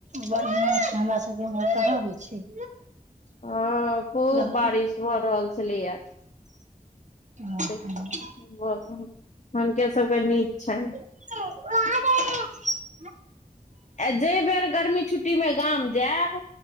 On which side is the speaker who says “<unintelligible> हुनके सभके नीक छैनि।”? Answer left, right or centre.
Left